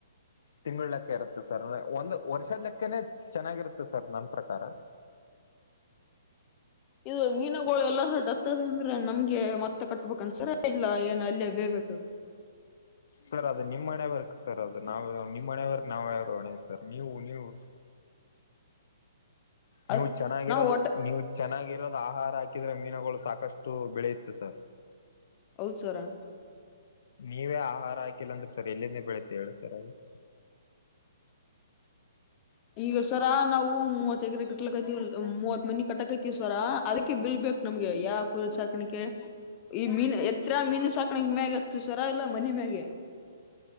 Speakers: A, on the left; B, on the left.
A: ತಿಂಳ ಲೆಕ್ಕ ಇರುತ್ತೆ ಸರ್ಂದ ಒಂದ್ ವರ್ಷದ ಲೆಕ್ಕನೆ ಚೆನ್ನಾಗಿರುತ್ತೆ ಸರ್ ನನ್ ಪ್ರಕಾರ <inaudible>
B: ಇದು ಮೀನುಗಳು ಎಲ್ಲ ಸಡತ್ತದ ಅಂದ್ರೆ ನಮ್ಗೆ ಮತ್ತೆ ಕಟ್ಬೇಕಕ್ ಅನ್ಸರಿ ಇಲ್ಲ ಏನು ಅಲ್ಲೇ ಬೇ <inaudible>
A: ಸರ್ ಅದು ನಿಮ್ಮ್ ಮನೆೇವರ್ಕ್ ಸರ್ ಅದು ನಾವ ನಿಮ್ಮನೆವರ್ಕ್ ನಾವೇರಣೆ ಸರ್ ನೀವು ನೀವು ಹೌ ನೀವು
B: ಅದ್
A: ಚೆನ್ನಾಗಿರೋದು
B: ನಾವ್ ಒಟ್ಟ
A: ನೀವು ಚೆನ್ನಾಗಿರ ಆಹಾರ ಹಾಕಿದ್ರೆ ಮೀನುಗಳು ಸಾಕಷ್ಟು ಬೆಳೆಯುತ್ತೆ ಸರ್
B: ಹೌದ್ ಸರಾ
A: ನೀವೇ ಆಹಾರ ಹಾಕಿಲ್ಲ ಅಂದ್ರೆ ಸರ್ ಎಲ್ಲಿಂದೇ ಬೆಳುತ್ತೆ ಹೇಳು ಸರ್ ಅದು <inaudible>
B: ಈಗ ಸರ ನಾವು ಮೂವತ್ ಎಕರೆ ಕಟ್ಲಕತಿವಿ ಮೂವತ್ ಮನಿ ಕಟ್ಟಕತಿವಿ ಸರ ಅದಕ್ಕೆ ಬಿಲ್ ಬೆ ಕು ನಮ್ಗೆ ಯಾವ್ ಕುರಿ ಸಾಕಾನಿಕೆ ಈ ಮೀನು ಎತ್ರ ಮೀನು ಸಾಕಣಕ್ ಮ್ಯಾಗ ಹತ್ತು ಸರ ಇಲ್ಲ ಮನೆ ಮ್ಯಾಗೆ